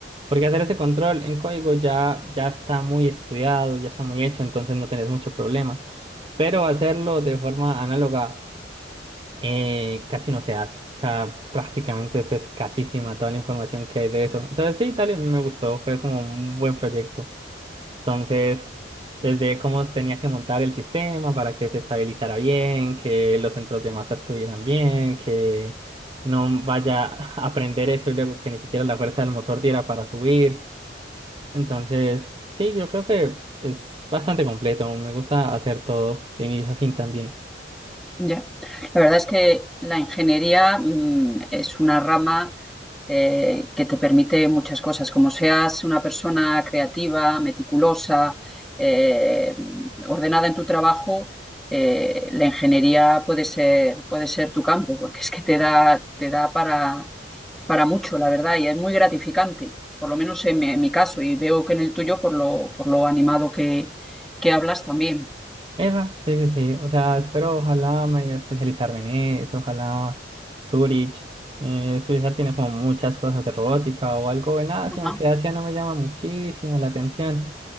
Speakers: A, on the right; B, in the centre.
A: Porque hacer ese control en código ya, ya está muy estudiado, ya está muy hecho, entonces no tenés mucho problema. Pero hacerlo de forma análoga eh, casi no se hace. O sea, prácticamente es escasísima toda la información que hay de eso. Entonces sí, dale, me gustó, fue como un buen proyecto. Entonces, desde cómo tenía que montar el sistema para que se estabilizara bien, que los centros de masa estuvieran bien, que no vaya <laughs> a aprender eso y luego que ni siquiera la fuerza del motor diera para subir. Entonces, sí, yo creo que es bastante completo. Me gusta hacer todo de inicio a fin también.
B: Ya, la verdad es que la ingeniería mm, es una rama eh, que te permite muchas cosas, como seas una persona creativa, meticulosa, eh, ordenada en tu trabajo, eh, la ingeniería puede ser, puede ser tu campo, porque es que te da, te da para, para mucho, la verdad, y es muy gratificante, por lo menos en mi, en mi caso, y veo que en el tuyo, por lo, por lo animado que, que hablas también.
A: Eva, sí, sí, sí. O sea, espero, ojalá medio especializarme en eso, ojalá Zurich. Eh, Suiza tiene como muchas cosas de robótica o algo en Asia,
B: Ajá.
A: aunque Asia no me llama muchísimo la atención.